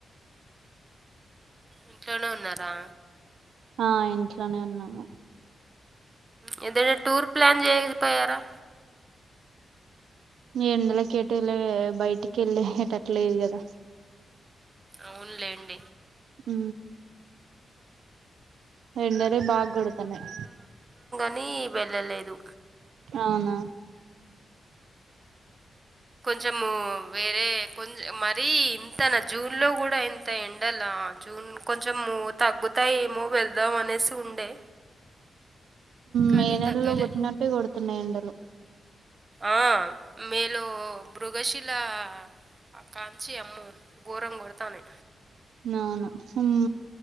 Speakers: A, on the right; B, on the right.
A: ఇంట్లోనే ఉన్నారా
B: ఆ ఇంట్లోనే ఉన్నాము
A: ఉ ఏదనా టూర్ ప్లాన్ చేయకపోయారా
B: ఎందులా కేటలా బయటికి వెళ్ళ ఎటట్లే ది కదా
A: అవునులేండి
B: ఉ ఎండలే బాగొడుతన్నాయ్
A: ది వెళ్ళలేదు
B: అవునా
A: జమ్ము వేరే కొంచ మరీ ఇంతనా జూన్ లో కూడా ఇంత ఎండలా జూన్ కొంచెం మూ తగ్గు అంతా ఏమో వెళ్దాం అనేసి ఉండే కానీ
B: మే నెలలో
A: తగ్గలే
B: కొట్టినట్టే కొడుతున్నాయి ఎండలు
A: ఆ మేలు మృగశిల అక్కంచి అమ్మ ఘోరం కొడతానే
B: నావును హుమ్